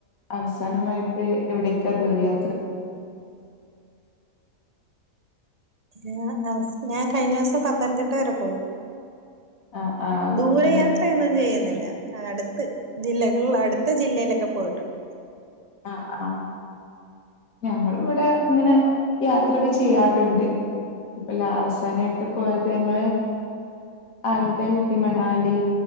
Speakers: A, on the left (about 80°); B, on the right (about 30°).
A: അവസാനമായിട്ട് എവിടേക്കാ ദൂരയാ
B: ആഹ് ആ സ് ഞാൻ കഴിഞ്ഞ ദിവസം പത്തനംതിട്ട വരെ പോയി
A: ആഹ് ആഹ്
B: ദൂരെ
A: ഓക്കെ
B: യാത്രയൊന്നും ചെയ്യുന്നില് ല്ല അട്ത്ത് ജില്ലകൾ അടുത്ത ജില്ലയിലൊക്കെ പോയിട്ടുണ്ട്
A: ആ ആ ഞങ്ങളും ഇവിടെ ഇങ്ങനെ യാത്രൊക്കെ ചെയ്യാറുണ്ട് ഇപ്പ ല അവസാനമായിട്ട് പോയത് ഞങ്ങള് അൽഗൽ ഹി മണാലി